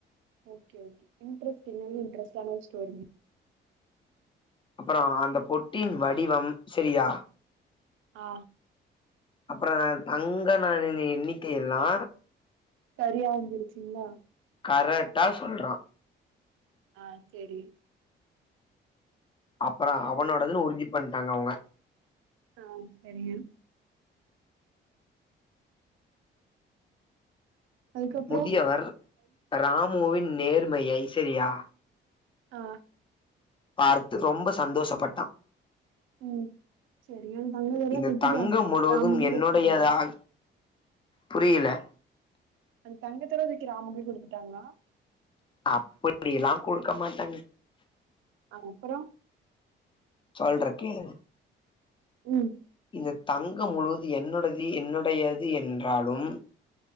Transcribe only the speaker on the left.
அப்பறோ அந்த பொட்டின் வடிவம் செரியா
அப்புற தங்க நாணெய்ங்க எண்ணிக்கை எல்லா
கரெக்டா சொல்றான்
அப்பறோ அவனோடதுன்னு உறுதி பண்டாங்க அவுங்க
முதியவர் ராமுவின் நேர்மையை சரியா
பார்த்து ரொம்ப சந்தோஷப்பட்டான்
இந்த
தங்கம் முழுவதும்
என்னுடையதாக
புரியல
அப்பிடியெல்லா குடுக்க மாட்டாங்க
சொல்றன் கேளுங்க
இந்த தங்கம் முழுவது என்னுடது என்னுடையது என்றாலும்